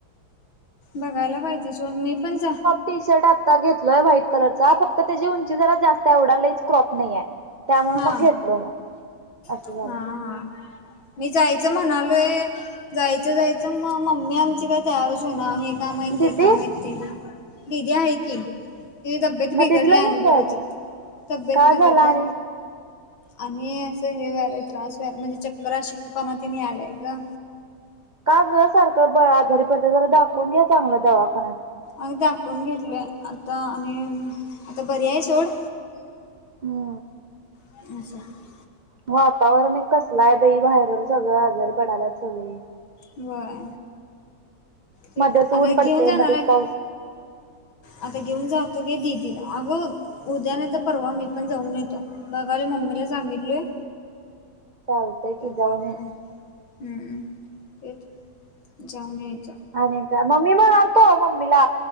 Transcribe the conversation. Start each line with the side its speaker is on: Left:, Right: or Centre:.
Left: बघायला पाहिजे, सोड मी पण, जा
Right: टी-शर्ट आता घेतलोय व्हाईट कलरचा फक्त त्याची उंची जरा जास्तय एवढा लईच, क्रॉप नाहीये. त्यामुळ
Left: हा
Right: मग घेतलो म असं
Left: हा
Right: झालं.
Left: हा मी जायचं म्हणालोय, जायचं जायचं म मम्मी आमची काय तयारच होईना हे काम हाईत
Right: दिदी
Left: ती कामं हाईत ती, दिदी हाय की तिजी तब्येत
Right: मग
Left: बिघडल्या
Right: दिदीला घेऊन
Left: आणि परत
Right: जायचं
Left: तब्येत
Right: का
Left: बिघडल्या
Right: झालं आणि
Left: आणि, असं हे व्हायलय त्रास व्हाय म्हणजे चक्कर अशक्तपणा तिनी आलय ग
Right: का ग? सारखं ब आजारी पडते, जरा दाखवून घ्या चांगलं दवाखान्यात
Left: अग दाखवून घेतलय आता आणि, आता बरी हाय सोड
Right: हो.
Left: <unintelligible>
Right: वातावरण एक कसलं हाय बाई व्हायरल सगळं आजारी पडाल्यात सगळे
Left: व्हय. तेच
Right: मध्येच
Left: आता
Right: ऊन
Left: घेऊन
Right: पडतय
Left: जाणार
Right: मध्येच
Left: आहे
Right: पाऊस
Left: आता घेऊन जातो की, दीदीला अगं उद्या नायत परवा मी पण जाऊन येतो. बघाले मम्मीला सांगितले
Right: चालतंय की, जाऊन
Left: जातो
Right: ये.
Left: हम्म तेच जाऊन यायचं
Right: आणि काय म मी, म्हणालतो मम्मीला